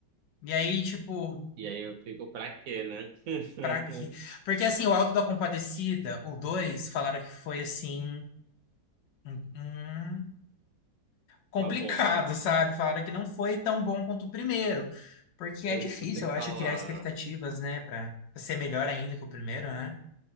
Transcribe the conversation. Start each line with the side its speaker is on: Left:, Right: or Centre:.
Left: E aí, tipo,
Right: E aí eu fico pra quê, né? <laughs>
Left: pra quê? Porque, assim, o Auto da Compadecida, o 2 falaram que foi, assim, um, um complicado,
Right: Uma bomba.
Left: sabe? Falaram que não foi tão bom quanto o primeiro, porque
Right: Eu
Left: é difícil,
Right: escutei
Left: eu
Right: falar.
Left: acho, criar expectativas, né, Pra pra ser melhor ainda que o primeiro, né?